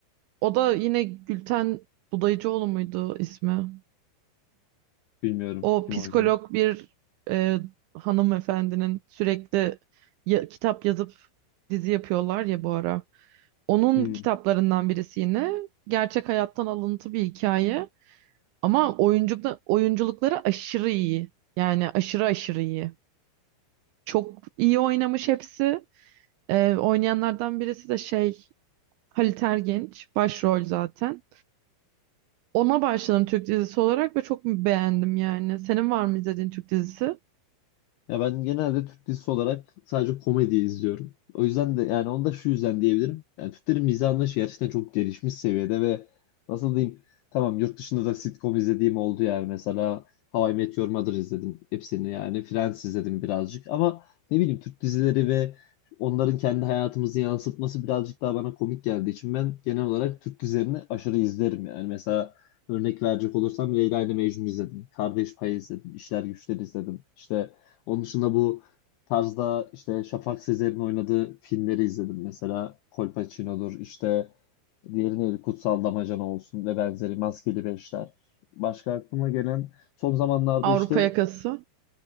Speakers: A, on the right; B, on the left.
A: O da yine Gülten Budayıcıoğlu muydu ismi?
B: Bilmiyorum
A: O
B: kim
A: psikolog
B: oynuyor.
A: bir e, hanımefendinin sürekli ya- kitap yazıp dizi yapıyorlar ya bu ara. Onun
B: Hmm.
A: kitaplarından birisi yine gerçek hayattan alıntı bir hikaye ama oyunculukta oyunculukları aşırı iyi. Yani aşırı aşırı iyi. Çok iyi oynamış hepsi. Ee, oynayanlardan birisi de şey Halit Ergenç başrol zaten. Ona başladım Türk dizisi olarak ve çok beğendim yani. Senin var mı izlediğin Türk dizisi?
B: Ya ben genelde Türk dizisi olarak sadece komedi izliyorum. O yüzden de yani onu da şu yüzden diyebilirim. Yani Türklerin mizah anlayışı gerçekten çok gelişmiş seviyede ve nasıl diyeyim tamam yurt dışında da sitcom izlediğim oldu yani mesela How I Met Your Mother izledim hepsini yani Friends izledim birazcık ama ne bileyim Türk dizileri ve onların kendi hayatımızı yansıtması birazcık daha bana komik geldiği için ben genel olarak Türk dizilerini aşırı izlerim yani mesela Örnek verecek olursam Leyla ile Mecnun izledim. Kardeş Payı izledim. İşler Güçler izledim. işte onun dışında bu tarzda işte Şafak Sezer'in oynadığı filmleri izledim. Mesela Kolpaçino'dur işte diğeri neydi Kutsal Damacana olsun ve benzeri Maskeli Beşler. Başka aklıma gelen son zamanlarda
A: Avrupa
B: işte
A: Yakası.